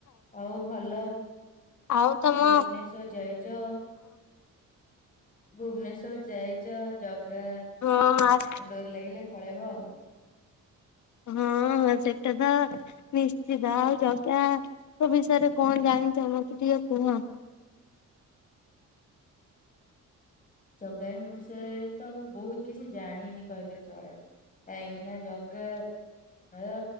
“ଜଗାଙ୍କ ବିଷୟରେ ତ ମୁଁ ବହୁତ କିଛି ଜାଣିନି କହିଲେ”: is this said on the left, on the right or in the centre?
Left